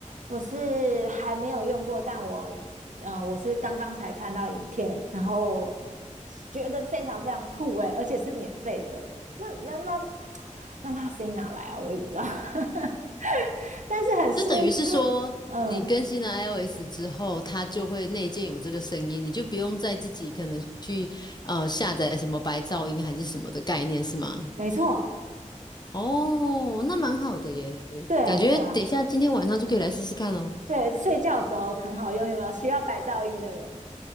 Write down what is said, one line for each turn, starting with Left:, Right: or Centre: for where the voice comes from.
Right: 我是还没有用过，但我，嗯、我是刚刚才看到影片，然后觉得非常非常酷诶，而且是免费的。那那那 <tsk> 那那声音哪来啊？我也不知道，<laughs> 但是很适，
Left: 就等于是说，
Right: 嗯，
Left: 你更新了 iOS 之后，它就会内建有这个声音，你就不用再自己可能去呃下载什么白噪音还是什么的概念是吗？
Right: 没错，
Left: 哦，那蛮好的耶，
Right: 对啊，
Left: 感觉等一下今天晚上就可以来试试看哦。
Right: 对啊，对，睡觉的时候很好用，有没有需要白噪音的人？